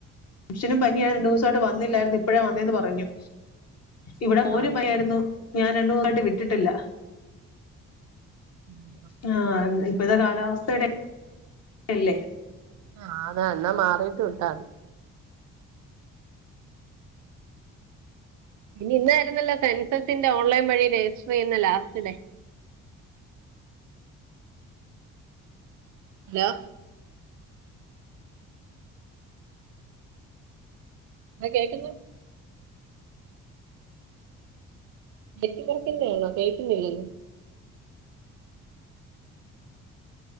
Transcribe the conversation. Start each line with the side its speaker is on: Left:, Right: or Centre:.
Left: മിഷനും പനിയായി രണ്ട് ദുവസായിട്ട് വന്നില്ലായിരുന്നു ഇപ്പഴേ വന്നേന്ന് പറഞ്ഞു ഇവടെ മോന്
Right: ആ
Left: പനിയായിരുന്നു ഞാൻ രണ്ടുസായിട്ട് വിട്ടിട്ടില്ല
Right: ഉം.
Left: ആ ഇപ്പത്തെ കാലാവസ്ഥയുടെ ഒക്കയല്ലേ?
Right: ആണോ എന്നാ മാറിയിട്ട് വിട്ടാതി പിന്നെ ഇന്നായിരുന്നല്ലോ സെൻസസിന്റെ ഓൺലൈൻ വഴി രജിസ്റ്റർ ചെയ്യുന്ന ലാസ്റ്റ് ഡേ ഹലോ എടാ കേൾക്കുന്നോ? നെറ്റ്‌വർക്കിന്റെയാണോ? കേൾക്കുന്നില്ലല്ലോ